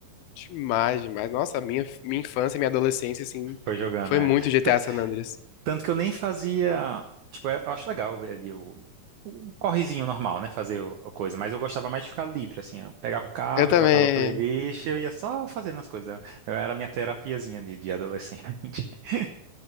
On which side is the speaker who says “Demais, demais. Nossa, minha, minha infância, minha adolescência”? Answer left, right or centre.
Left